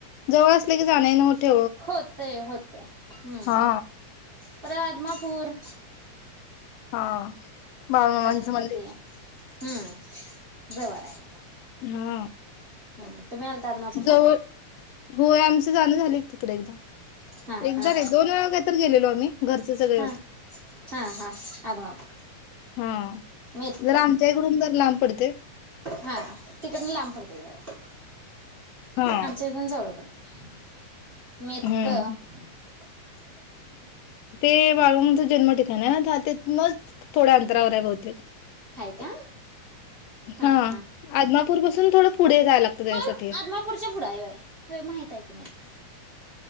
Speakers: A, on the left; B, on the right.
A: जवळ असले की जाण नव्हते
B: होतय होतय हम्म
A: हा
B: परातमपूर
A: हा बाळुमामांचं
B: गणपती
A: मंदिर
B: हम्म जवळ आहे मला
A: हा
B: हा तुम्ही आलता आद मापूरला
A: जवळ होय आमचं जाणं झाले तिकडे एकदा.
B: हा
A: एकदा
B: हा
A: नाही दोन वेळा काहीतरी गेलेलो आम्ही. <unintelligible> घरचे सगळे
B: हा
A: होते
B: हा हा आदमापूर
A: हा
B: मेतक
A: जर आमच्या इकडून लांब पडते.
B: हा तिकडनं लांब पडतंय जरा.
A: हा
B: आमच्या येथून जवळ पडत जरा.
A: हम्म.
B: <inaudible> <unintelligible> <inaudible>
A: ते बाळू मामाचं जन्म ठिकाण आहे. ना त्या तिथूनच थोड्या अंतरावर आहे बहुतेक
B: <unintelligible> का
A: हां
B: हा
A: <unintelligible>
B: हा
A: <unintelligible> थोडं पुढे जायला लागतं त्याच्यासाठी
B: होय आदमापूरच्या पुुढा आहेय होय होय माहित आहे की <unintelligible> का